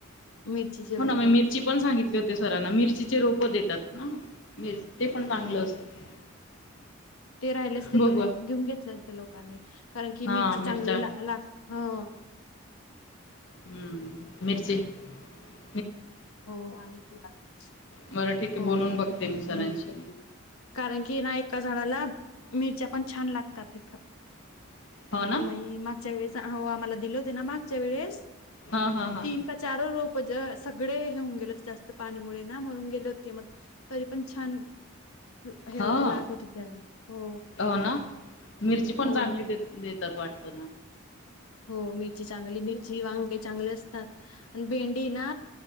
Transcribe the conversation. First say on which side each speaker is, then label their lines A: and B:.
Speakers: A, on the left; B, on the left.
A: मिरचीचे रोप
B: हो ना मि मिरची पण सांगितली होती सरांना मिरचीचे रोप देतात ना, ते पण चांगलं असत
A: <inaudible> ते राहिले असते
B: बघू
A: तर मग घेऊन घेतले असते लोकांनी, कारण की
B: हा
A: मिरची चांगली
B: मिरच्या
A: ला लागते हो.
B: हम्म मिर्ची <inaudible>
A: हो. आमी <unintelligible> छान
B: बरं ठीक
A: हो
B: आहे बोलून बघते मी सरांशी
A: <inaudible> कारण की ना एका झाडाला मिरच्या पण छान लागतात तिथं.
B: हो ना
A: आम्ही मागच्या वेळेस अ आम्हाला दिले होते ना मागच्या वेळेस
B: हां हां हां
A: तीन का चार रोप ज सगळे हे होऊन गेले होते जास्त पाणीमुळे ना मरून गेले होते. हे मग तरी पण छान हे
B: हां
A: होते लागले होते त्याला हो
B: हो ना मिरची पण
A: हो
B: चांगलीे देता-देतात वाटत.
A: हो मिरची चांगली मिरची वांगे चांगले असतात आणि भेंडी ना